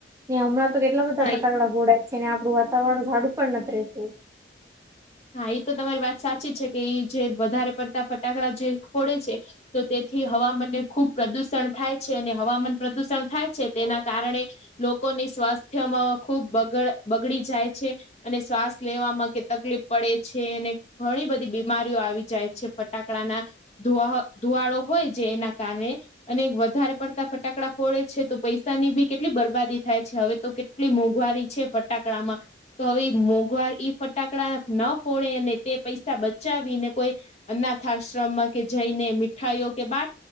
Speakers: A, on the right; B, on the left.
A: ને, હમણાં. તો કેટલા બધા
B: હા
A: ફટાકડા ફોડાય છે ને, આપણું વાતાવરણ સડું પણ નથી રહેતું.
B: હા, એ તો તમારી વાત સાચી છે કે, એ જે વધારે પડતા ફટાકડા જે ફોડે છે. તો તેથી હવામાનને ખુબ પ્રદુષણ થાય છે, અને હવામાન પ્રદુષણ થાય છે તેના કારણે લોકોની સ્વાસ્થ્યમાં ખુબ બગડી બગડી જાય છે. અને શ્વાસ લેવામાં કે તકલીફ પડે છે, અને ઘણી બધી બીમારીઓ આવી જાય છે ફટાકડાના. ધ ધુવાડો હોય જે એના કારણે અને વધારે પડતા ફટાકડા ફોડે છે, તો પૈસાની બી કેટલી બરબાદી થાય છે, હવે તો કે કેટલી મોંઘવારી છે ફટાકડા માં, તો હવે મોંઘવારી, ફટાકડા ન ફોડે, અને તે પૈસા બચાવીને કોઈ અનાથ આશ્રમમાં કે જઈને, મીઠાઈઓ કે બા